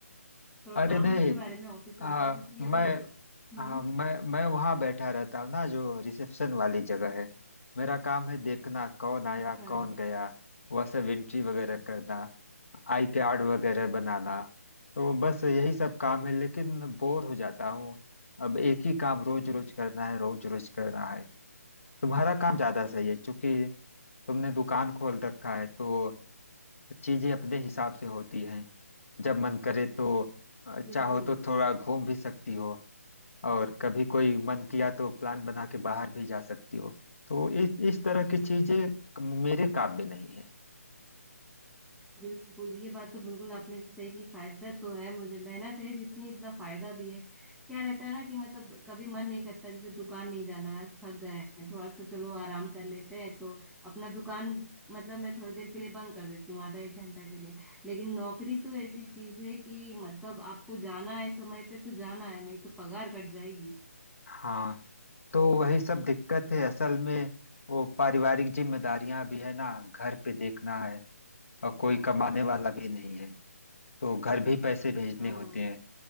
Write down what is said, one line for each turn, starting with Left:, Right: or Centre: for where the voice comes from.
Centre: थोड़ा
Left: अरे
Centre: काम
Left: नहीं
Centre: के बारे में ऑफिस का
Left: आ,
Centre: बताइए क्योंकि
Left: मैं
Centre: अगर हम्म
Left: आ, मैं मैं वहाँ बैठा रहता हूँ ना जो रिसेप्शन वाली जगह है मेरा काम है देखना कौन आया
Centre: अच्छा
Left: कौन गया वह सब एंट्री वगैरह करना आई कार्ड वगैरह बनाना तो बस यही सब काम है लेकिन बोर हो जाता हूँ अब एक ही काम रोज रोज करना है रोज रोज करना है तुम्हारा काम ज़्यादा सही है क्योंकि तुमने दुकान खोल रखा है तो चीजें अपने हिसाब से होती हैं जब मन करे तो अ, चाहो
Centre: बिल्कुल
Left: तो थोड़ा घूम भी सकती हो और कभी कोई मन किया तो प्लान बना के बाहर भी जा सकती हो तो इस इस तरह की चीजें मेरे काबिल नहीं है
Centre: बिल्कुल ये बात तो बिल्कुल आपने सही की फायदा तो है मुझे मेहनत है जितनी उतना फायदा भी है क्या रहता है ना कि मतलब कभी मन नहीं करता जैसे दुकान नहीं जाना है आज थक गए हैं थोड़ा सा चलो आराम कर लेते हैं तो अपना दुकान मतलब मैं थोड़ी देर के लिए बंद कर देती हूँ आधा एक घंटा के लिए लेकिन नौकरी तो ऐसी चीज है कि मतलब आपको जाना है समय पे तो जाना है नहीं तो पगार कट जाएगी
Left: हाँ तो वही सब दिक्कत है असल में वो पारिवारिक जिम्मेदारियां भी है ना घर पे देखना है और कोई कमाने वाला भी नहीं है तो घर भी पैसे भेजने
Centre: हाँ
Left: होते हैं